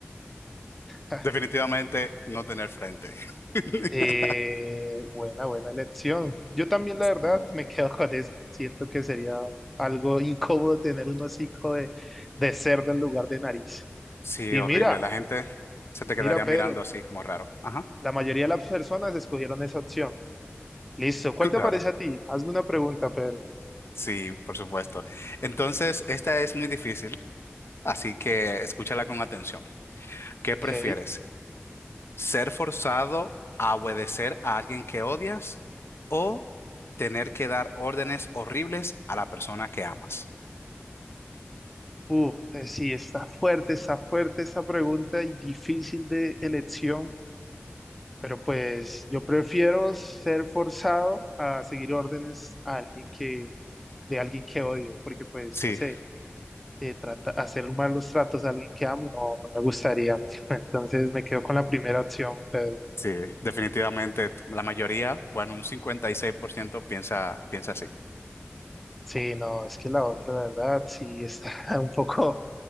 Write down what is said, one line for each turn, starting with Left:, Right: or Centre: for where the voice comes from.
Centre: <laughs>
Left: Definitivamente no tener frente. <laughs>
Centre: Eh, buena, buena elección. Yo también, la verdad,
Left: Mm,
Centre: me quedo con eso. Siento que sería algo incómodo tener un hocico de, de cerdo en lugar de nariz.
Left: Sí,
Centre: Y
Left: horrible.
Centre: mira,
Left: La gente se te quedaría
Centre: mira, Pedro,
Left: mirando así como raro. Ajá,
Centre: la mayoría de las personas escogieron esa opción. Listo, ¿cuál
Left: claro.
Centre: te parece a ti? Hazme una pregunta, Pedro.
Left: Sí, por supuesto. Entonces, esta es muy difícil, así que escúchala con atención. ¿Qué
Centre: Ok.
Left: prefieres? ¿Ser forzado a obedecer a alguien que odias o tener que dar órdenes horribles a la persona que amas?
Centre: Uf, eh, sí, está fuerte, está fuerte esa pregunta y difícil de elección, pero pues yo prefiero ser forzado a seguir órdenes a alguien que, de alguien que odio, porque pues,
Left: Sí.
Centre: no sé, eh, trata, hacer malos tratos a alguien que amo, no, no me gustaría. <laughs> Entonces me quedo con la primera opción, pero
Left: Sí, definitivamente la mayoría, bueno, un 56% piensa, piensa así.
Centre: sí, no, es que la otra, la verdad, sí está <laughs> un poco